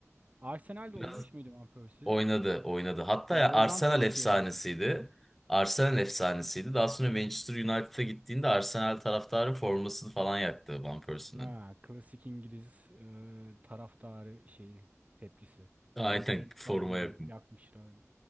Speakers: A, on the right; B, in the centre.
A: Arsenal'de
B: Biraz
A: oynamış mıydı Van Persie?
B: oynadı, oynadı. Hatta
A: Ha,
B: ya
A: oradan
B: Arsenal
A: tanışıyorum.
B: efsanesiydi. Arsenal efsanesiydi. Daha sonra Manchester United'a gittiğinde Arsenal taraftarı formasını falan yaktı Van Persie'nin.
A: Ha, klasik İngiliz e, taraftarı şeyi tepkisi.
B: Aynen
A: Harry Kane'i
B: formaya.
A: falan da yakmışlar.